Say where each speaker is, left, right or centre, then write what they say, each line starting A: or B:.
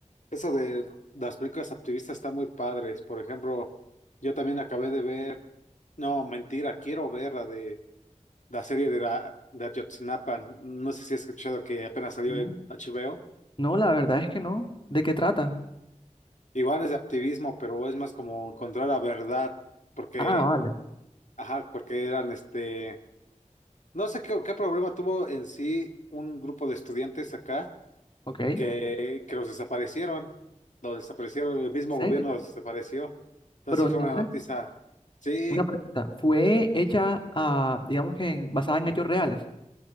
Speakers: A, on the left; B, on the left.
A: eso de las películas activistas está muy padres. Por ejemplo, yo también acabé de ver, no, mentira, quiero ver la de la serie de, la, de Ayotzinapa. No sé si has escuchado que apenas salió
B: No,
A: en HBO.
B: no, la verdad es que no. ¿De qué trata?
A: Igual es de activismo, pero es más como encontrar la verdad, porque,
B: Ah, vale.
A: ajá, porque eran este No sé qué, qué problema tuvo en sí un grupo de estudiantes acá
B: Ok. ¿En
A: que, que los desaparecieron. Los desaparecieron, el mismo
B: serio?
A: gobierno los desapareció. Entonces
B: Pero
A: sí
B: entonces,
A: fue una noticia. Sí,
B: una pregunta. ¿Fue hecha, ah, digamos que en- basada en hechos reales?